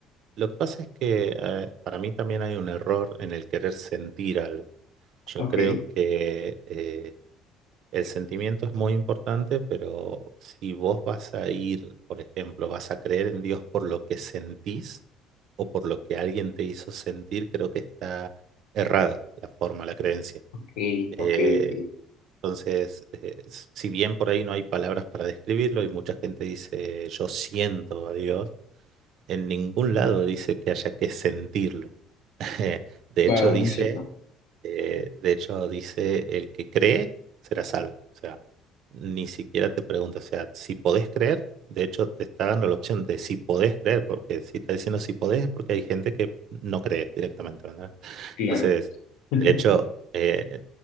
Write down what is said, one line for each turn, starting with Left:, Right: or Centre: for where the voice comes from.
Right: Lo que pasa es que eh, para mí también hay un error en el querer sentir algo. Yo
Left: Ok,
Right: creo que eh, el sentimiento es muy importante, pero si vos vas a ir, por ejemplo, vas a creer en Dios por lo que sentís o por lo que alguien te hizo sentir, creo que está errada la forma, la creencia.
Left: ok,
Right: Eh,
Left: ok, ok.
Right: entonces, eh, s- si bien por ahí no hay palabras para describirlo y mucha gente dice yo siento a Dios, en ningún lado dice que haya que sentirlo. <laughs> De
Left: Wow,
Right: hecho, dice
Left: no es cierto.
Right: eh, de hecho, dice, el que cree será salvo. O sea, ni siquiera te pregunta, o sea, si podés creer, de hecho te está dando la opción de si podés creer, porque si está diciendo si podés es porque hay gente que no cree directamente, ¿verdad?
Left: Claro.
Right: Entonces,
Left: <laughs>
Right: de hecho, eh,